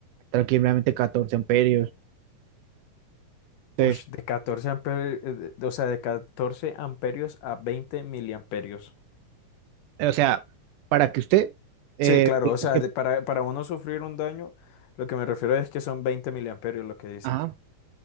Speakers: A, on the right; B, on the left.
A: tranquilamente catorce amperios. entonces
B: Uy, de 14 amperios, o sea, de 14 amperios a 20 miliamperios.
A: O sea, para que usted, eh,
B: Sí, claro,
A: es
B: o sea,
A: que,
B: de- para, para uno sufrir un daño, lo que me refiero es que son 20 miliamperios lo que dices.
A: ajá,